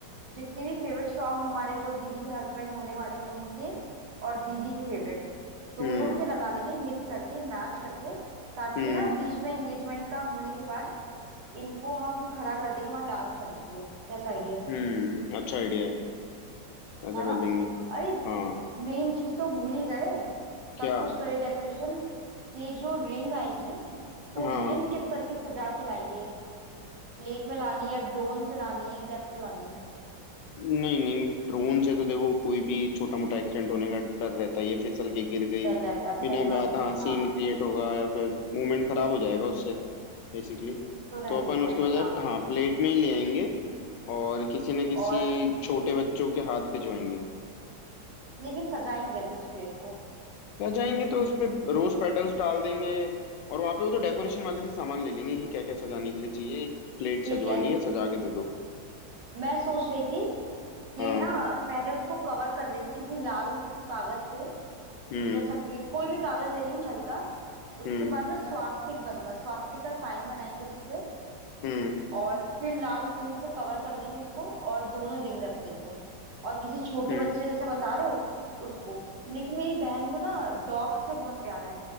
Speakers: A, on the right (about 75°); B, on the left (about 80°).
A: जितने भी फेवरेट सॉन्ग हमारे जो दीदी के हस्बैंड होने वाले हैं उनके और दीदी के फेवरेट दोनों
B: हम्म
A: के लगा लेंगे मिक्स करके मैच करके ताकि
B: हम्म
A: ना बीच में एंगेजमेंट का होने के बाद इनको हम खड़ा कर देंगे वहां डांस करने के लिए कैसा आइडिया
B: हम्म अच्छा आइडिया है ऐसा
A: है
B: कर
A: ना
B: लेंगे
A: अरे
B: हाँ
A: मेन चीज तो भूल ही गए
B: क्या
A: सब कुछ करे डेकोरेशन कि जो रिंग आएगी तो
B: हाँ
A: रिंग किस तरह की सजा के लाएंगे प्लेट में लानी है ड्रोन से लानी है कैसे लानी है
B: नहीं नहीं ड्रोन से तो देखो कोई भी छोटा मोटा एक्सीडेंट होने का डर रहता है ये फिसल के गिर गई
A: डर रहता है सही
B: बिना
A: बात
B: बात
A: है
B: हाँ सीन
A: हाँ
B: क्रिएट होगा या फिर मूवमेंट खराब हो जाएगा उससे बेसिकली
A: तो रहने
B: तो अपन
A: देते
B: उसके
A: हैं
B: बजाय
A: हाँ
B: हाँ प्लेट में ही ले आएंगे और किसी ना किसी
A: और
B: छोटे बच्चों के हाथ भिजवाएंगे
A: लेकिन सजाएंगे कैसे उस प्लेट को
B: सजाएंगे तो उसपे रोज पेटल्स डाल देंगे और वहां पे वो तो डेकोरेशन वाले से सामान ले लेंगे कि क्या क्या सजाने के लिए चाहिए एक प्लेट
A: ठीक
B: सजवानी
A: है
B: है सजा के दे दो
A: मैं सोच रही थी कि
B: हाँ
A: ना पहले उसको कवर कर देंगे किसी लाल कागज से
B: हम्म
A: या सफेद कोई भी कागज ले लेंगे हल्का उसके
B: हम्म
A: बाद ना स्वास्तिक बनता है स्वास्तिक का साइन बनाएंगे उस पे
B: हम्म
A: और फिर लाल फूल से कवर कर देंगे उसको और दोनों रिंग रख देंगे और किसी छोटे
B: हम्म
A: बच्चे जैसे बता रहे हो उसको लेकिन मेरी बहन को ना डॉग से बहुत प्यार है